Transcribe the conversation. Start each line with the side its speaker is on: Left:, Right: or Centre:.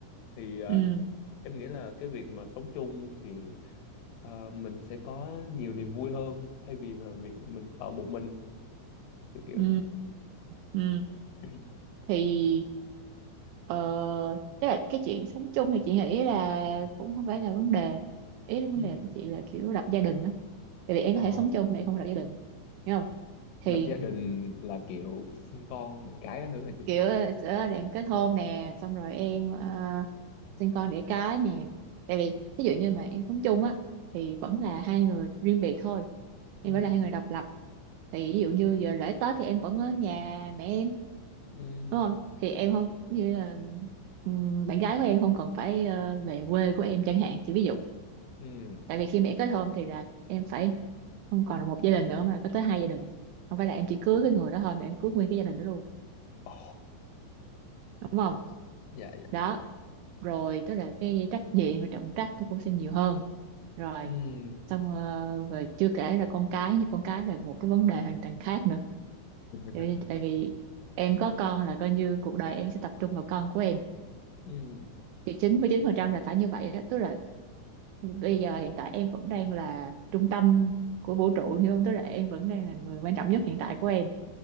Left: thì ờ,
Right: ừ
Left: em nghĩ là cái việc mà sống chung thì ờ, mình sẽ có nhiều niềm vui hơn thay vì là việc mình ở một mình kiểu kiểu
Right: ừ
Left: vậy
Right: ừ
Left: <clears throat>
Right: thì ờ tức là cái chuyện sống chung thì chị nghĩ là cũng không phải là vấn đề ý là vấn
Left: ừ.
Right: đề của chị là kiểu lập gia đình á tại vì em
Left: Ờ,
Right: có thể sống chung mà em không lập gia đình hiểu không thì
Left: lập gia đình là kiểu sinh con đẻ cái các thứ hả chị
Right: kiểu ờ, sẽ làm kết hôn nè xong rồi em ờ, sinh con đẻ cái nè tại vì ví dụ như mà em sống chung á thì vẫn là hai người riêng biệt thôi
Left: ừ.
Right: em vẫn là hai người độc lập thì ví dụ như giờ lễ Tết thì em vẫn ở nhà mẹ em
Left: Ừ.
Right: đúng không thì em không như là ừm, bạn gái của em không cần phải ờ, về quê của em chẳng hạn chỉ ví dụ
Left: Ừ.
Right: tại vì khi mà em kết hôn thì là em phải không còn là một gia đình nữa mà là có tới hai gia đình không phải là em chỉ cưới cái người đó thôi mà em cưới nguyên cái gia đình đó luôn
Left: Ồ,
Right: đúng không
Left: dạ dạ
Right: đó rồi tức là cái trách nhiệm và trọng trách nó cũng sẽ nhiều hơn rồi
Left: ừ.
Right: xong ờ, rồi chưa kể là con cái như con cái là một cái vấn đề hoàn toàn khác nữa
Left: <laughs>
Right: tại tại vì em có con là coi như cuộc đời em sẽ tập trung vào con của em
Left: Ừ.
Right: thì 99% là phải như vậy đó tức là bây giờ hiện tại em vẫn đang là trung tâm của vũ trụ hiểu không tức là em vẫn đang là người quan trọng nhất hiện tại của em